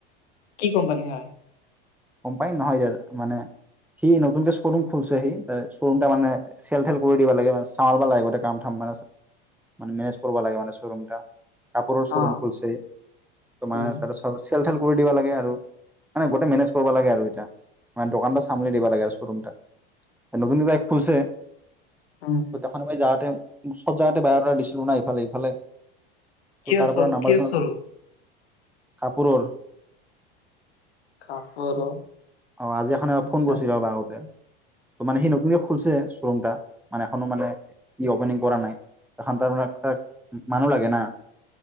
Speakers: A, on the left; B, in the centre.
A: কি কোম্পানী হয়।
B: গম পাই নহয় জানো মানে কি নতুনকে শ্ব ৰুম। ফুলচহি শ্ব'ৰুমটা মানে চেল টেল কৰি দিব লাগে মানে চামা লব লাগে গ কাম চাম মানে মানে মেনেজ কৰিব লাগে মানে শ্ব'ৰুমটা কাপোৰৰ চৰুম
A: অ
B: খুলছে ত মানে
A: উম
B: তাতে চব আছে চেল টেল কৰি দিব লাগে আৰু মানে গোটেই মেনেজ কৰিব লাগে আৰু এতা মানে দোকানটো চামনি দিব লাগে আৰু শ্বৰুমটা নতুন দি তাই খুলছে
A: উম
B: দেখা নাপাই যাহতে চব জাগাতে বায় দাতা দিছিলো না ইফালে সিফালে ত'
A: কেৰ
B: তাৰ পৰা
A: চৰ
B: নাম্বাৰ
A: কেৰ
B: চাম্বাৰ
A: চৰ
B: কাপোৰৰ
A: কাপোৰৰ
B: অ আজি এখনে
A: আচ্ছা
B: ফোন কৰিছিলে অলপ আগতে সি নতুনকে খুলছে শ্বৰুমটা মানে এখনো মানে ই অপেনিং পৰা নাই <unintelligible> মানুহ লাগে ন